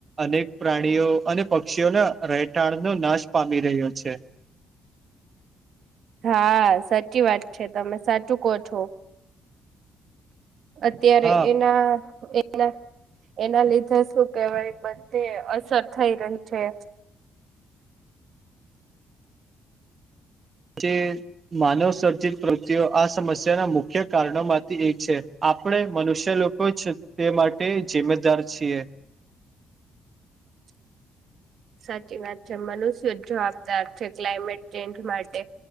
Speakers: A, on the right (about 40°); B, on the right (about 65°).
A: અનેક પ્રાણીઓ અને પક્ષીઓના રહેઠાણ નો નાશ પામી રહ્યો છે.
B: હા, સાચી વાત છે તમે સાચું કો છો. અત્યારે
A: હા
B: એના એના એના લીધે શું કેહેવાય બધી અસર થઈ રહી છે. <inaudible>
A: જે માનવ સર્જિત પ્રતિઓ આ સમસ્યાના મુખ્ય કારણો માંથી એક છે. આ પડે મનુષ્ય લોકો જ તે માટે જિ્મેદાર છીએ.
B: <inaudible> સાચી વાત છે, મનુષ્ય જ જવાબદાર છે ક્લાઇમેટ ચેન્જ માટે.